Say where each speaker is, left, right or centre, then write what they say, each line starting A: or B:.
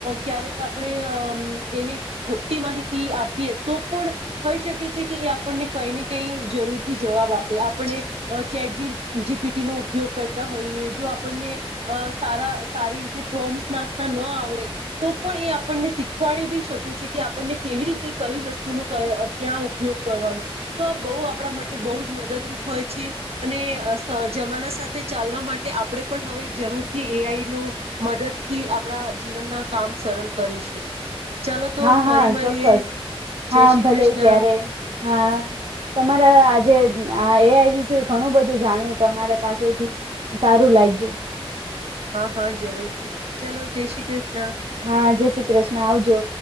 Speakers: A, on the right (about 75°); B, on the right (about 65°).
A: ક્યારેક આપણે અમ એને ખોટી માહિતી આપીએ તો પણ હોઈ શકે છે કે એ આપણને કઈ ને કઈ જરૂરથી જવાબ આપે આપણને ચેટજી જીપીટી નો ઉપયોગ કરતા હોઈએ જો આપણને સારા સારી રીતે પપ્રોમ્પટ્સ નાખ ન આવડે તો પણ એ આપણને શીખવાડી બી શકે છે કે આપણને કેવી રીતે કઈ વસ્તુનો ક્યાં ઉપયોગ કરવાનો તો આ બહુ આપણા માટે બહુ જ મદદરૂપ હોય છે. અને જમાના સાથે ચાલવા માટે આપણે પણ, હવે, જરૂરથી એઆઈ નું મદદ થી આપણા જીવનના કામ સરળ કરીશું ચાલો તો
B: હા.
A: ફરી
B: હા.
A: મળીએ
B: ચોક્કસ હા
A: જય શ્રી
B: ભલે
A: કૃષ્ણ
B: ત્યારે હા, તમારા આજે. એ વિશે ઘણું બધું જાણ્યું તમારે પાસેથી સારું લાગ્યું.
A: હા, હા જરૂરથી ચલો જય શ્રી કૃષ્ણ.
B: હા જય શ્રી કૃષ્ણ આવજો.